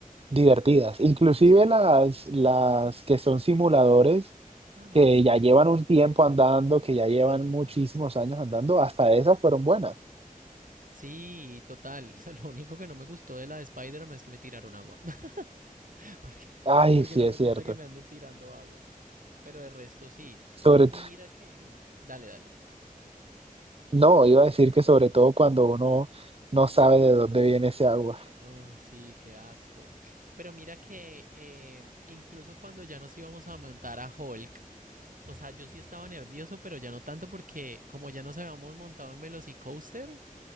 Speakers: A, on the right; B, on the right.
A: divertidas. Inclusive
B: sí.
A: las, las que son simuladores,
B: Ah,
A: que
B: sí,
A: ya llevan un tiempo andando, que ya llevan
B: total.
A: muchísimos años andando, hasta esas fueron buenas.
B: Sí, total. <laughs> O sea, lo único que no me gustó de la de Spider-Man es que me tiraron agua. <laughs> Porque,
A: Ay,
B: porque
A: sí,
B: no
A: es
B: me gusta
A: cierto.
B: que me anden tirando agua. Pero de resto sí.
A: Sobre,
B: Y mira que... Dale, dale.
A: No, iba a decir que sobre todo cuando uno no sabe de dónde viene ese agua.
B: Ay, sí, qué asco. Pero mira que eh, incluso cuando ya nos íbamos a montar a Hulk, o sea, yo sí estaba nervioso, pero ya no tanto porque como ya nos habíamos montado en Velocicoaster,